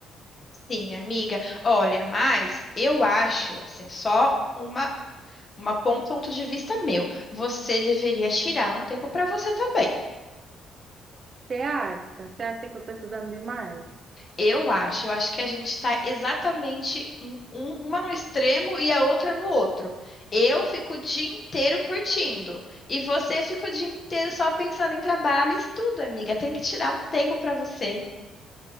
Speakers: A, on the left (about 30°); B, on the right (about 35°).
A: Sim, amiga. Olha, mas eu acho assim, só uma uma um ponto de vista meu. Você deveria tirar um tempo para você também.
B: Você acha? Você acha que eu estou estudando demais?
A: Eu acho, eu acho que a gente está exatamente um- um, uma no extremo e a outra no outro. Eu fico o dia inteiro curtindo e você fica o dia inteiro só pensando em trabalho e estudo, amiga. Tem que tirar um tempo para você.